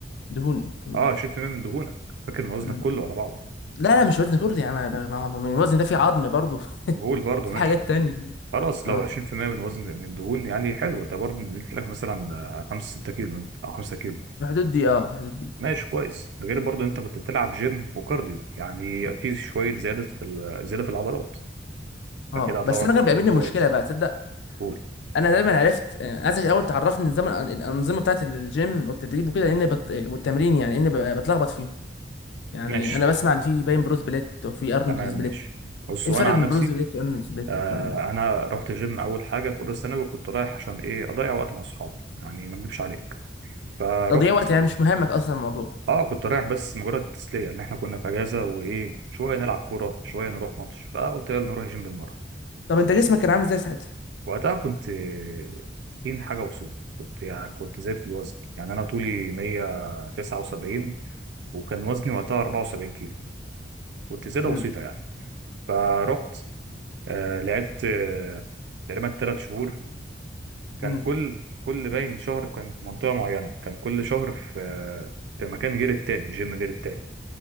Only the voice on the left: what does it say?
دهون دهون
امم.
لا لا مش وزن كرسي يا عم ما ما- ما- الوزن ده فيه عظم برضه <laughs>
في
حاجات تانية
اه
في
الحدود دي اه في الحدود دي
اه
بس انا كان بيقابلني
مشكله بقى تصدق
انا دايما عرفت آه، عايزك الاول تعرفني نظام الأن- الانظمه بتاعت الجيم والتدريب وكده لان بت... والتمرين يعني ان بتلخبط فيهم يعني
انا بسمع ان في باين بروس بليت وفي ارنولد
سبليت
ايه
الفرق
بين
بروس بليت وارنولد سبليت
والكلام ده
تضييع وقت يعني مش مهمك اصلا الموضوع
طب انت جسمك كان عامل ازاي ساعتها
امم
امم